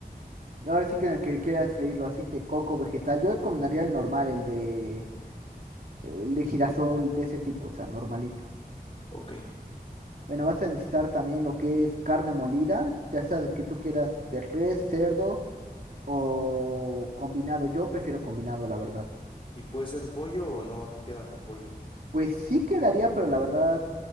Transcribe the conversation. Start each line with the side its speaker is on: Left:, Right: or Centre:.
Right: Ahora sí que en el que quieras freírlo, aceite, coco, vegetal. Yo recomendaría el normal, el de, el de girasol, de ese tipo, o sea, normalito.
Left: Ok.
Right: Bueno, vas a necesitar también lo que es carne molida, ya sea de que tú quieras de res, cerdo o combinado. Yo prefiero combinado, la verdad.
Left: ¿Y puede ser pollo o no? No queda con pollo.
Right: Pues sí quedaría, pero la verdad